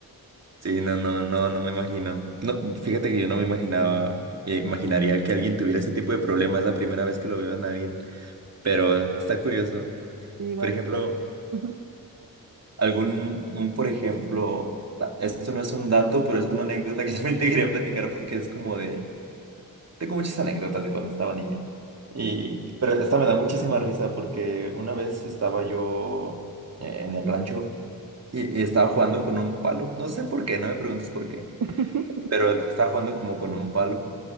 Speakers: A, on the right; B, on the right.
A: Sí, no, no, no, no me imagino. No, fíjate que yo no me imaginaba, eh, imaginaría que alguien tuviera ese tipo de problemas. Es la primera vez que lo veo en alguien, pero está curioso.
B: Sí, igual
A: Por ejemplo,
B: es lo que... Ujú.
A: algún, un, por ejemplo, ah, esto no es un dato, pero es una anécdota que <laughs> también te quería platicar porque es como de, tengo muchas anécdotas de cuando estaba niño. Y, pero esta me da muchísima risa porque una vez estaba yo eh, en el rancho y, y estaba jugando con un palo. No sé por qué, no me preguntes por qué.
B: <laughs>
A: pero estaba jugando como con un palo